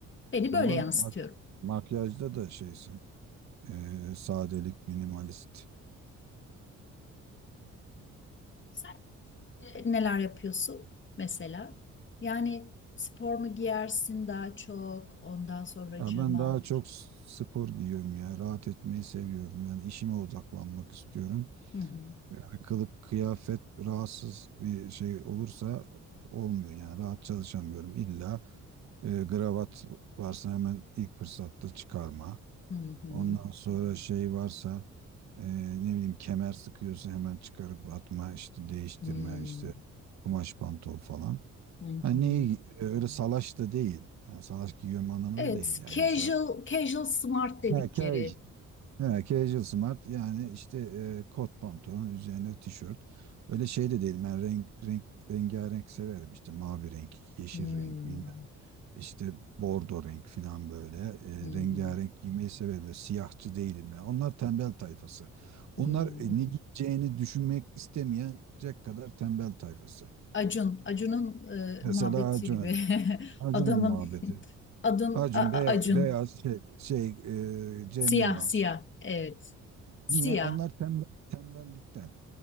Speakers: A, on the left; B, on the right.
A: Beni
B: O zaman
A: böyle yansıtıyorum.
B: mak- makyajda da şeysin. Ee, sadelik, minimalist.
A: Sen e, neler yapıyorsun mesela? Yani spor mu giyersin daha çok? Ondan sonracığıma.
B: Ya ben daha çok spor giyiyorum ya. Rahat etmeyi seviyorum. Yani işime odaklanmak istiyorum.
A: Hı hı.
B: Yani kılık kıyafet rahatsız bir şey olursa olmuyor yani rahat çalışamıyorum. İlla e, gravat varsa hemen ilk fırsatta çıkarma.
A: Hı hı.
B: Ondan sonra şey varsa e, ne bileyim kemer sıkıyorsa hemen çıkarıp atma işte değiştirme
A: Hmm,
B: işte kumaş pantol falan.
A: Hı hı.
B: Hani neyi e, öyle salaş da değil. Yani salaş giyiyorum anlamında
A: Evet,
B: değil yani
A: casual
B: mesela.
A: casual smart dedikleri.
B: Ha, kej. He, casual smart yani işte e, kot pantolon üzerine tişört. Öyle şey de değil. Ben renk, renk, rengarenk severim. işte mavi renk, yeşil
A: Hmm,
B: renk bilmem. işte bordo renk falan böyle. E,
A: Hı hı.
B: rengarenk giymeyi severim. Böyle siyahçı değilim ya. Onlar tembel tayfası.
A: Hı
B: Onlar e,
A: hı.
B: ne giyeceğini düşünmek istemeyecek kadar tembel tayfası.
A: Acun, Acun'un e,
B: Mesela
A: muhabbeti
B: Acun'a.
A: gibi. <laughs>
B: Acun'un
A: Adamın
B: muhabbeti.
A: <laughs> adın
B: Acun
A: A- A-
B: beyaz,
A: Acun.
B: beyaz şey, şey e, Cem
A: Siyah,
B: Yılmaz.
A: siyah. Evet. Siyah
B: Niye? Onlar tembel, tembellikten.